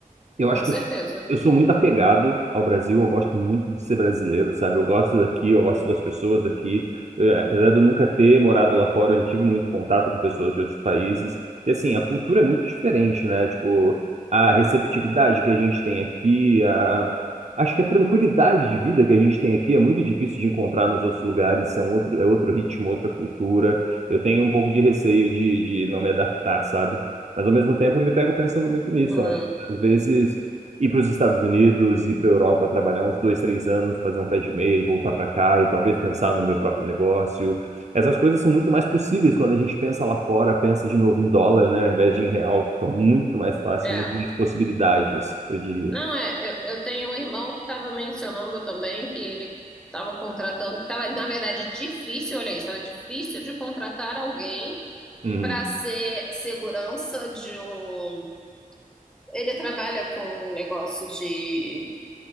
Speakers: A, on the right; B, in the centre.
A: eu
B: com
A: acho que
B: certeza.
A: eu sou eu sou muito apegado ao Brasil, eu gosto muito de ser brasileiro, sabe? Eu gosto daqui, eu gosto das pessoas daqui. Eh, apesar de eu nunca ter morado lá fora, eu já tive muito contato com pessoas de outros países. E assim, a cultura é muito diferente, né? Tipo, a receptividade que a gente tem aqui, a... acho que a tranquilidade de vida que a gente tem aqui é muito difícil de encontrar nos outros lugares, são outro, é outro ritmo, outra cultura. Eu tenho um pouco de receio de, de não me adaptar, sabe? Mas ao mesmo tempo eu me pego pensando muito nisso.
B: Hum,
A: Ó. Às vezes, ir para os Estados Unidos, ir para a Europa, trabalhar uns dois, três anos, fazer um pé de meia e voltar para cá, e talvez pensar no meu próprio negócio. Essas coisas são muito mais possíveis quando a gente pensa lá fora, pensa de novo em dólar, né, ao invés de em real. Fica muito mais fácil,
B: é.
A: muito mais possibilidades, eu diria.
B: Não, é, eu, eu tenho um irmão que estava mencionando também que ele estava contratando, que tava, na verdade, difícil, olha isso, tava difícil de contratar alguém
A: Uhum,
B: para ser segurança de um Ele trabalha com um negócio de,